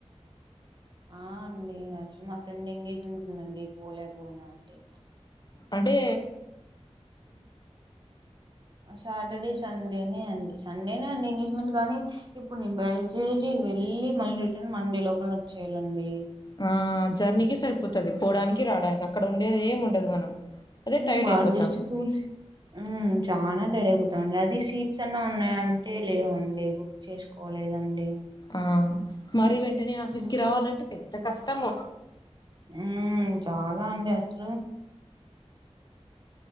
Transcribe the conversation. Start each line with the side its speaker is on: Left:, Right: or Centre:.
Right: ఆ అండి యాక్చులీ మా ఫ్రెండ్ ఎంగేజ్మెంట్ ఉందండి పోలేకపోయినా అండి
Left: అంటే
Right: సాటర్డే సండేనే అండి సండేనే అండి ఎంగేజ్మెంట్ కానీ ఇప్పుడు నేను బయలుదేరి వెళ్ళలి మళ్ళీ రిటర్న్ మండే లోపల వచ్చయాలండి
Left: ఆ జర్నీకి సరిపోతుంది పోడానికి రావడానికి అక్కడ ఉండేది ఏమి ఉండదు మనం అదే
Right: ఉ
Left: టైర్డ్
Right: మ
Left: అయిపోతాం
Right: జస్ట్ చూసి చాలా టైడ్ అపోతామండి అది సవీట్స్ అన్నా ఉన్నాయంటే లేవుండి లేవు చేసుకోలేదండి
Left: ఆ మరి వెంటనే ఆఫీస్
Right: బుకింగ్
Left: కి రావాలంటే పెద్ద కష్టము
Right: ఉ చాలా అండి అసలు